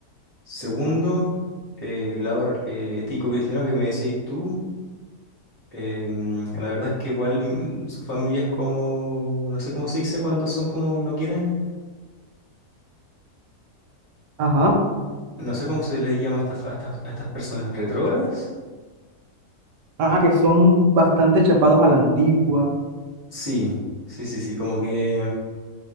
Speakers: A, on the right; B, on the right.
A: Segundo, eh, el lado eh, ético cristiano que me decías tú, eh, la verdad es que igual mm, su familia es como, no sé cómo se dice cuando son como no quieren,
B: Ajá.
A: no sé cómo se les llama a estas, a estas, a estas personas, ¿retrógradas?
B: Ah, que son bastante chapados a la antigua.
A: Sí, sí, sí, sí, como que